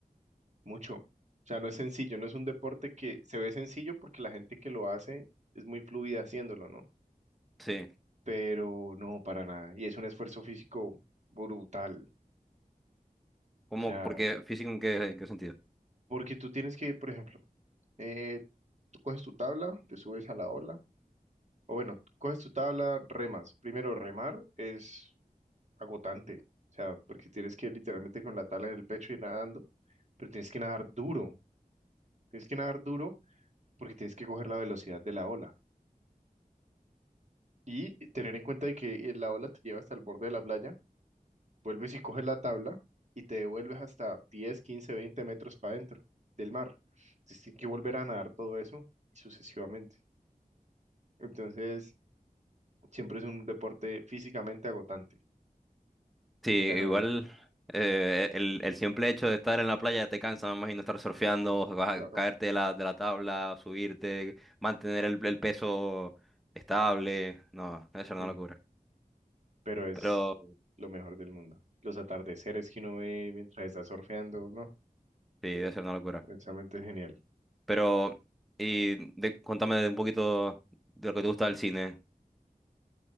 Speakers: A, on the right; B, in the centre.
A: mucho. O sea, no es sencillo, no es un deporte que se ve sencillo porque la gente que lo hace es muy fluida haciéndolo, ¿no?
B: Sí.
A: Pero no, para nada. Y es un esfuerzo físico brutal.
B: ¿Cómo?
A: O sea,
B: Porque físico en qué, en qué sentido.
A: porque tú tienes que, por ejemplo, eh, tú coges tu tabla, te subes a la ola, o bueno, coges tu tabla, remas. Primero remar es agotante. O sea, porque tienes que ir literalmente con la tabla en el pecho y nadando, pero tienes que nadar duro. Tienes que nadar duro porque tienes que coger la velocidad de la ola. Y tener en cuenta de que eh, la ola te lleva hasta el borde de la playa, vuelves y coges la tabla y te devuelves hasta 10, 15, 20 metros para adentro del mar. Entonces tienes que volver a nadar todo eso sucesivamente. Entonces, siempre es un deporte físicamente agotante,
B: Sí, igual
A: pero es,
B: eh, el, el simple hecho de estar en la playa te cansa, me imagino estar surfeando, vas
A: claro,
B: a caerte de la, de la tabla, subirte, mantener el, el peso estable. No, debe ser
A: sí.
B: una locura.
A: pero es
B: Pero
A: lo mejor del mundo. Los atardeceres que uno ve mientras está surfeando, no,
B: Sí, debe ser una locura.
A: precisamente es genial.
B: Pero, y de- contame de un poquito de lo que te gusta del cine.